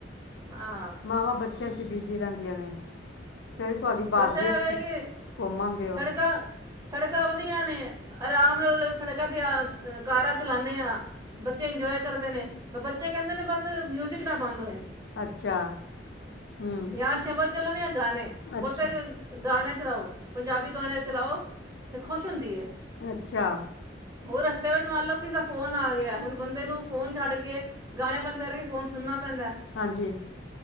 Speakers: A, on the right (about 20°); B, on the left (about 80°).
A: ਹਾਂ
B: ਮਾਵਾਂ ਬੱਚਿਆਂ ਬੀਜ਼ੀ ਰਹਿੰਦੀਆਂ ਨੇ। ਕਿਹੜੀ ਤੁਹਾਡੀ ਬਹਾਦਰੀ
A: ਬੱਸ ਐਵੇਂ
B: ਹੈ, ਤੁਸ
A: ਕਿ
B: ਕੋਮਨ ਦਿਓ
A: ਸੜਕਾਂ ਸੜਕਾਂ ਵਧੀਆ ਨੇ। ਆਰਾਮ ਨਾਲ ਸੜਕਾਂ ਤੇ ਆ ਕਾਰਾਂ ਚਲਾਉਂਦੇ ਹਾਂ ਬੱਚੇ ਇੰਜੋਏ ਕਰਦੇ ਨੇ ਤੇ ਬੱਚੇ ਕਹਿੰਦੇ ਨੇ ਬਸ ਮਿਊਜ਼ਿਕ ਨਾ ਬੰਦ ਹੋਏ।
B: ਅੱਛਾ। ਹੂੰ
A: ਜਾਂ ਸ਼ਬਦ ਚੱਲਣ ਗਾਣੇ
B: ਅੱਛਾ
A: ਮ ਤੇ ਗਾਣੇ ਚਲਾਓ ਪੰਜਾਬੀ ਗਾਣੇ ਚਲਾਓ ਤੇ ਖੁਸ਼ ਹੁੰਦੀ ਏ
B: ਅੱਛਾ
A: ਹੋਰ ਰਸਤੇ ਵਿੱਚ ਮੰਨ ਲਓ ਕਿਸੇ ਦਾ ਫੋਨ ਆ ਗਿਆ ਹੁਣ ਬੰਦੇ ਨੂੰ ਫੋਨ ਛੱਡ ਕੇ ਕੇ ਗਾਣੇ ਬੰਦ ਕਰਕੇ ਫੋਨ ਸੁਣਨਾ ਪੈਂਦਾ ਹੈ,
B: ਹਾਂਜੀ